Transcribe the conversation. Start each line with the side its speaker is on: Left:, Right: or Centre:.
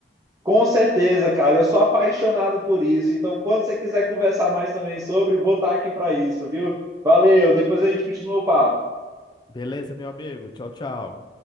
Right: Com certeza, cara, eu sou apaixonado por isso. Então, quando você quiser conversar mais também sobre, vou estar aqui para isso, viu? Valeu, depois a gente continua o papo.
Left: Beleza, meu amigo. Tchau, tchau.